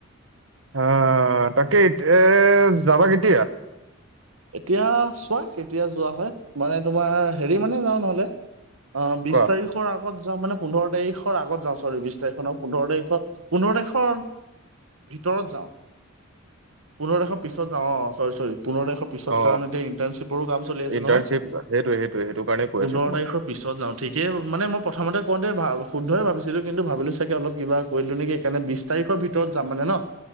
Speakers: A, on the right; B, on the right.
A: অহ তাকে এ যাবা কেতিয়া
B: এতিয়া চোৱা কেতিয়া যোৱা হয় মানে তোমাৰ হেৰি মানে যাওঁ নহ'লে অ বিশ
A: কোৱা
B: তাৰিখৰ আগত যোৱা মানে পোন্ধৰ তাৰিখৰ আগত যাও চৰি বিছ তাৰিখৰ পোন্ধৰ তাৰিখৰ পোন্ধৰ তাৰিখৰ ভিতৰত যাওঁ পোন্ধৰ তাৰিখৰ পিছত যাওঁ অ চৰি চৰি পোন্ধৰ তাৰিখৰ পিছত কাৰণ
A: অ
B: এতিয়া ইণ্টাৰ্ণশ্বিপৰো কাম চলি আছে
A: ইণ্টাৰ্ণশ্বিপ
B: নহয়
A: সেইটোৱে সেইটোৱে সেইটো কাৰণে কৈ
B: পোন্ধৰ
A: আছো তোমাক
B: তাৰিখৰ পিছত যাওঁ ঠিকেই। মানে মই প্ৰথম তে কওঁতে ভা শুদ্ধই ভাবিছিলো কিন্তু ভাবিলো চাগে অল কিবা কৰিলো নেকি সেকাৰণে বিশ তাৰিখৰ ভিতৰত যাম মানে ন